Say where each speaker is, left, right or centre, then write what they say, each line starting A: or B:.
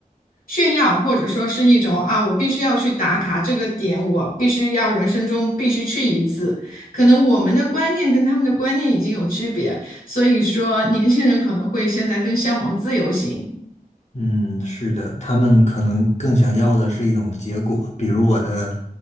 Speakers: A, on the left (about 80°); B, on the left (about 50°).
A: 炫耀，或者说是一种啊，我必须要去打卡这个点，我必须要人生中必须去一次。可能我们的观念跟他们的观念已经有区别，所以说年轻人可能会现在更向往自由行。
B: 嗯，是的，他们可能更想要的是一种结果。比如我的，